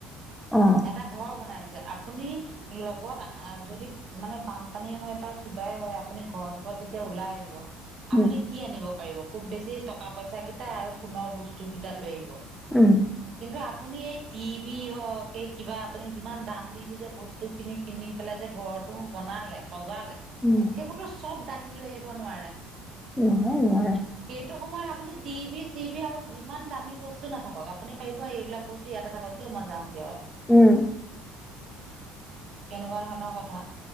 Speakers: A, in the centre; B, on the right.
A: অ
B: এটা ঘৰ বনাইছে, আপুনি লগত যদি মানে বানপানী হয় বা কিবাই হয় আপুনি ঘৰটোৰ পৰা যেতিয়া ওলাই আহিব আপুনি
A: উম
B: কি আনিব পাৰিব খুব বেছি টকা পইচা কেইটা আৰু সোণৰ বস্তু কেইটা লৈ আহিব।
A: উম।
B: কিন্তু আপুনি এই টিভি হওক, এই কিবা আপুনি যিমান দাম দি দি যে বস্তু খিনি কিনি পেলাই যে ঘৰটো বনালে সজালে,
A: উম
B: সেইবোৰতো চব দাঙি লৈ আহিব নোৱাৰে।
A: নোৱাৰে নোৱাৰে
B: এইটো সময়ত আপুনি টিভি চিভি আৰু যিমান দামী বস্তু নাথাকক, আপুনি পাৰিব এইবিলাক বস্তু ইয়াতে থাকক দিয় মই যামগে আৰু।
A: উম
B: এনেকুৱা ধৰণৰ কথা।